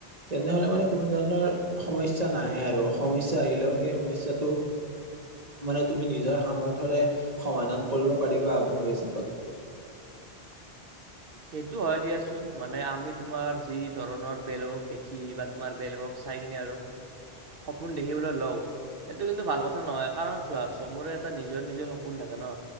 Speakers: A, on the right; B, on the right.
A: তেনেহলে মানে কোনো ধৰণৰ সমস্যা নাহে আৰু সমস্যা আহিলেও সেই সমস্যাটো মানে তুমি নিজৰ সামৰ্থ্ৰে সমাধান কৰিব পাৰিবা। মোৰ হিচাপত
B: সেইটো হয় দিয়াচোন মানে আমি তোমাৰ যি ধৰণৰ বেলেগক দেখি বা তোমাৰ বেল হওক চাই কিননে আৰু সপোন দেখিবলৈ লও। সেইটো কিন্তু ভাল কথা নহয়। কাৰণ চোৱা চবৰে এটা নিজৰ, নিজৰ সপোন থাকে ন।